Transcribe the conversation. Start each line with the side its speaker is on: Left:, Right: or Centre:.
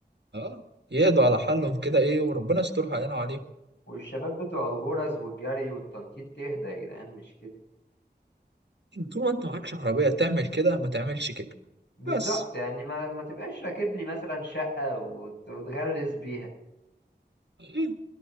Right: اه يهدوا على حالهم كده ايه وربنا يسترها علينا وعليهم
Left: والشباب بتوع الغرز والجري والتنطيط تهدى يا جدعان مش كده
Right: طول ما انت معكش عربيه تعمل كده ما تعملش كده
Left: بالظبط
Right: بس
Left: يعني ما ما تبقاش راكب لي مثلا شقة وت- وتغلس بيها
Right: إيه؟